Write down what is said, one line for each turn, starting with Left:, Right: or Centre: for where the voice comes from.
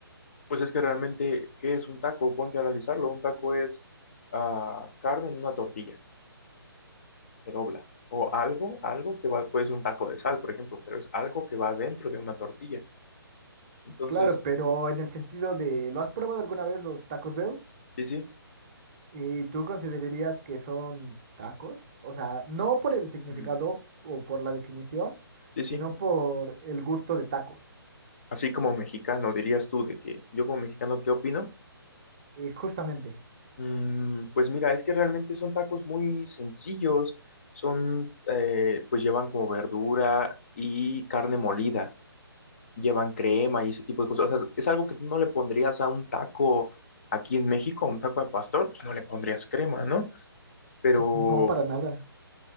Left: Pues es que realmente, ¿qué es un taco? Ponte a analizarlo. Un taco es ah, carne en una tortilla, se dobla. O algo, algo que va, puede ser un taco de sal, por ejemplo, pero es algo que va dentro de una tortilla. Entonces,
Right: Claro, pero en el sentido de, ¿lo has probado alguna vez los tacos Bell?
Left: sí, sí.
Right: ¿Y tú considerarías que son tacos? O sea, no por el significado
Left: mm,
Right: o por la definición,
Left: Sí,
Right: sino
Left: sí.
Right: por el gusto de tacos.
Left: Así como mexicano, dirías tú de que yo como mexicano, ¿qué opino?
Right: Eh, justamente,
Left: Mm, pues mira, es que realmente son tacos muy sencillos, son, eh, pues llevan como verdura y carne molida, llevan crema y ese tipo de cosas. O sea, es algo que tú no le pondrías a un taco aquí en México, a un taco de pastor, pues no le pondrías crema, ¿no? Pero
Right: <laughs> no para No, nada.